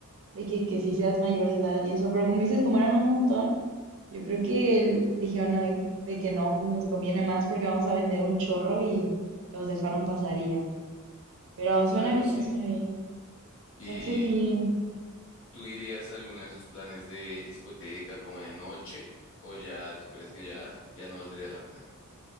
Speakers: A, on the right; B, on the left.
A: de que, que si seas mayor de edad y eso, pero como dices, como eran un montón, yo creo que el- dijeron no, de, de que no, pues nos conviene más porque vamos a vender un chorro y los dejaron pasar y ya. Pero
B: Claro,
A: suena bien,
B: sí.
A: suena bien.
B: ¿Y
A: Ya sé si,
B: tú irías a alguno de esos planes de discoteca como de noche o ya tú crees que ya, ya no valdría la pena?